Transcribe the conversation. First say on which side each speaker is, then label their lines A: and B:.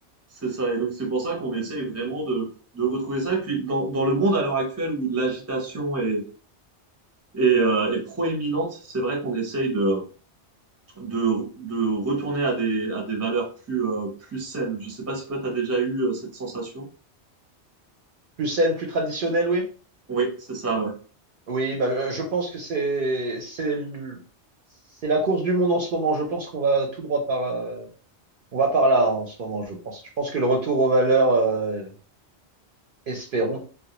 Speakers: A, on the right; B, on the right.
A: C'est ça. Et donc, c'est pour ça qu'on essaye vraiment de, de retrouver ça. Et puis, dans, dans le monde à l'heure actuelle où l'agitation est, est, euh, est proéminente, c'est vrai qu'on essaye de, de, de retourner à des, à des valeurs plus, euh, plus saines. Je sais pas si toi, tu as déjà eu euh, cette sensation.
B: Plus saine, plus traditionnelle, oui.
A: Oui, c'est ça, ouais.
B: Oui, bah, euh, je pense que c'est c'est le- c'est la course du monde en ce moment. Je pense qu'on va tout droit par euh, on va par là hein, en ce moment, je pense. Je pense que le retour aux valeurs, euh, espérons,